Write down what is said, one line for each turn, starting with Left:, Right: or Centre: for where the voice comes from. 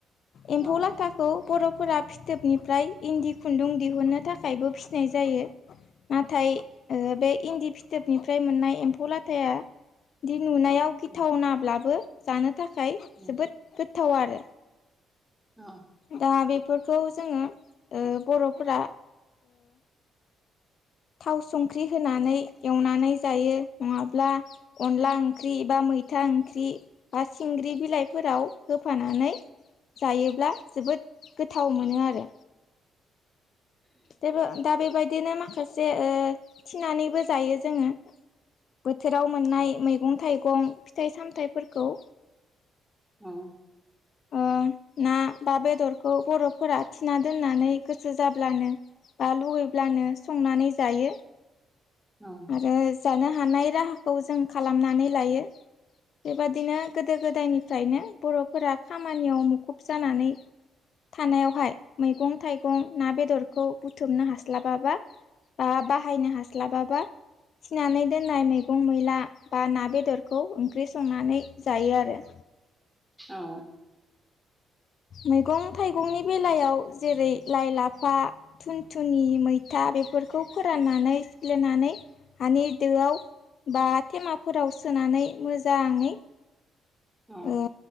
Left: एम्फौ
Centre: औ
Left: लाथा खौ बर'फोरा फिथोबनिफ्राय इन्दि खुन्दुं दिहुननो थाखायबो फिनाय जायो। नाथाय बे इन्दि फिथोबनिफ्राय मोननाय एम्फौ लाथाया दि नुनायाव गिथाव
Centre: उम
Left: नाब्लाबो जानो थाखाय
Centre: उम
Left: जोबोद गोथाव आरो।
Centre: औ
Left: दा बेफोरखौ जोङो बर'फोरा थाव संख्रि होनानै एवनानै जायो नङाब्ला अनदला। ओंख्रि बा मैथा ओंख्रि बा सिंग्रि बिलाइफोराव होफानानै जायोब्ला जोबोद गोथाव
Centre: औ
Left: मोनो आरो। बेबो दा बेबायदिनो माखासे थिनानैबो जायो जोङो। बोथोराव मोननाय मैगं थाइगं फिथाइ सामथाइफोरखौ।
Centre: औ।
Left: ओ ना बा बेदरखौ बर'फोरा थिना दोननानै गोसो जाब्लानो बा लुुबैब्लानो संनानै जायो।
Centre: औ। औ
Left: आरो जानो हानाय राहाखौ जों खालामनानै लायो। बेबादिनो गोदो गोदायनिफ्रायनो बर'फोरा खामानियाव मुखुब जानानै थानायावहाय मैगं थाइगं ना बेदरखौ बुथुमनो हास्लाबाबा बा बाहायनो हास्लाबाबा थिनानै दोननाय मैगं मैला बा ना बेदरखौ ओंख्रि संनानै जायो आरो।
Centre: औ।
Left: मैगं थाइगंनि बेलायाव जेरै लाइ, लाफा थुनथुनि, मैथा बेफोरखौ फोराननानै सिफ्लेनानै हानि दोआव बा थेमाफोराव सोनानै मोजाङै
Centre: औ।
Left: ओ